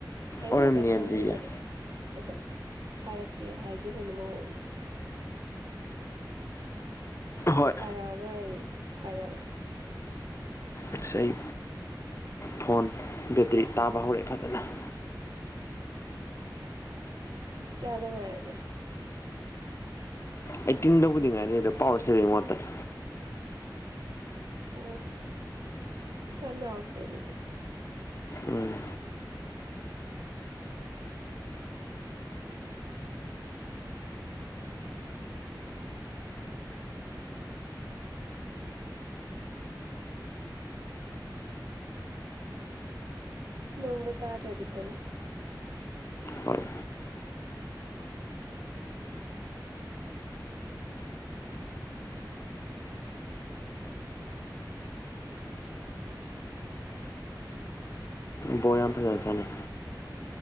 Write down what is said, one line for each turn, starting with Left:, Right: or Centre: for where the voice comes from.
Right: ꯑꯩꯅ
Left: ꯑꯣꯏꯔꯝꯅꯤ
Right: ꯍꯥꯏꯐꯦꯠ ꯍꯪꯈꯤꯕꯅꯦ
Left: ꯑꯗꯨꯗꯤ ꯌꯥꯏ
Right: ꯑꯗꯣ ꯊꯥꯔꯛꯀꯦ ꯍꯥꯏꯈꯤꯕꯅꯤ ꯃꯑꯣꯡꯗꯣ ꯫
Left: ꯍꯣꯏ
Right: ꯊꯥꯔꯛꯑꯒ ꯑꯩ ꯍꯥꯏꯔꯛ ꯑꯒꯦ ꯫
Left: ꯑꯁ ꯑꯩ ꯐꯣꯟ ꯕꯦꯇ꯭ꯔꯤ ꯇꯥꯕ ꯍꯧꯔꯛꯑꯦ ꯐꯖꯅ ꯫
Right: ꯀꯌꯥꯗ ꯉꯥꯏꯔꯒꯦ?
Left: ꯑꯩꯠꯇꯤꯟꯗꯕꯨꯗꯤ ꯉꯥꯏꯔꯤ ꯑꯗꯣ ꯄꯋꯥꯔ ꯁꯦꯚꯤꯡ ꯃꯣꯠ ꯇꯥꯅꯤ꯫
Right: ꯑꯣ ꯌꯥꯝ ꯌꯥꯎꯗꯔ꯭ꯦ ꯑꯗꯨꯗꯤ꯫
Left: ꯎꯝ
Right: ꯅꯣꯡꯕꯨ ꯇꯥꯗꯔ꯭ꯗꯤ ꯐꯅꯤ꯫
Left: ꯍꯣꯏ ꯕꯣꯔ ꯌꯥꯝ ꯐꯖꯅ ꯆꯥꯅꯩ꯫